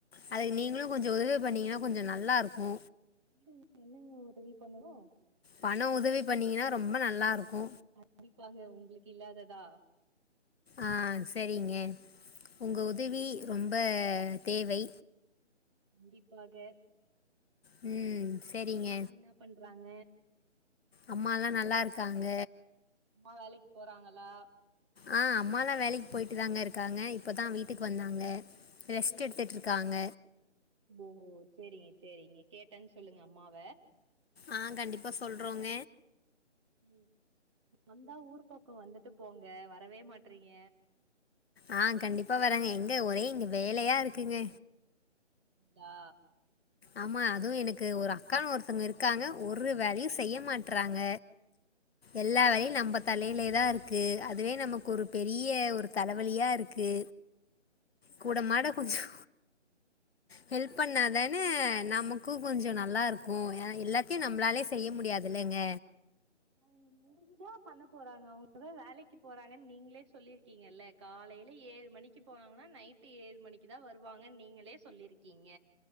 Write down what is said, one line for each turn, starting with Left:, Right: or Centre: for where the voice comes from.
Left: அதுக்கு நீங்களு கொஞ்ச உதவி பண்ணிங்கனா கொஞ்ச நல்லாருக்கு
Right: சொல்லுங்க என்னங்க உதவி பண்ணணு
Left: பண உதவி பண்ணீங்கனா ரொம்ப நல்லா இருக்கு
Right: கண்டிப்பாங்க உங்களுக்கில்லாத தா
Left: ஆ சேரிங்க உங்க உதவி ரொம்ப தேவை
Right: கண்டிப்பாக
Left: ம் சரிங்க
Right: அம்மாலா என்னா பண்றாங்க
Left: அம்மால்லா நல்லா இருக்காங்க
Right: அம்மா வேலைக்கு போறாங்களா
Left: ஆ அம்மாலா வேலைக் போய்ட்டு தாங்க இருக்காங்க இப்பதா வீட்டுக்கு வந்தாங்க ரெஸ்ட்
Right: ம்
Left: எடுத்துட்ருக்காங்க
Right: ம் ஓ சேரிங்க சேரிங்க கேட்டன் சொல்லுங்க அம்மாவ
Left: ஆ கண்டிப்பா சொல்றோங்க
Right: ம் வந்தா ஊர் பக்கோ வந்துட்டு போங்க வரவே மாட்றீங்க
Left: ஆ கண்டிப்பா வரங்க எங்க ஒரே இங்க வேலையா இருக்குங்க
Right: லா
Left: ஆமா அதுவு எனக்கு ஒரு அக்கானு ஒருத்தங்க இருக்காங்க ஒரு வேலையு செய்ய மாட்றாங்க எல்லா வேலையில் நம்ப தலையிலே தா இருக்கு அதுவே நமக்கொரு பெரிய ஒரு தலவலியா இருக்கு கூட மாட கொஞ்சோ ஹெல்ப் பண்ணா தா ன நமக்கு கொஞ்சோ நல்லாருக்கு எ எல்லாத்தையு நம்பளாலே செய்ய முடியாதில்லங்க
Right: மு முடிஞ்சா பண்ண போறாங்க அவங்கதா வேலைக்கு போறாங்கன் நீங்ளே சொல்லிருக்கீங்கல்ல காலைல ஏழு மணிக்கு போனாங்கன்னா நைட்டு ஏழு மணிக்கு தா வருவாங்கன் நீங்களே சொல்லிருக்கீங்க